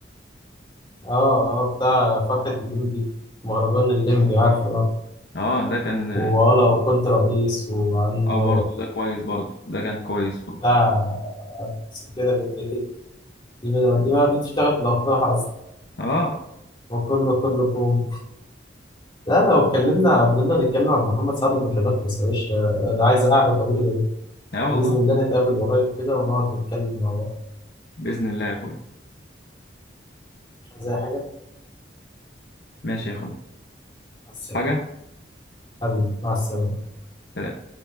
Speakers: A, on the left; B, on the left.
A: اه اه بتاع فرحه الليمبي مهرجان الليمبي عارفه اه
B: اه ده كان
A: ولا وكنت رئيس وعنده
B: اه برضه ده كويس برضه ده كان كويس برضه
A: بتاع آه، سجادة بالإيد. دي ما دي ما- دي بتشتغل في الافراح اصلا
B: اه
A: وكله كلكم لا لو اتكلمنا فضلنا نتكلم عن محمد سعد مش هنخلص يا باشا ده عايز قعده طويله
B: اه
A: بإذن
B: والله
A: الله نتقابل قريب كده ونقعد نتكلم مع بعض
B: باذن الله يا اخوي
A: مش عايز أي حاجة
B: ماشي يا اخوي
A: مع السلامة
B: بس حاجه
A: حبيبي مع السلامة
B: سلام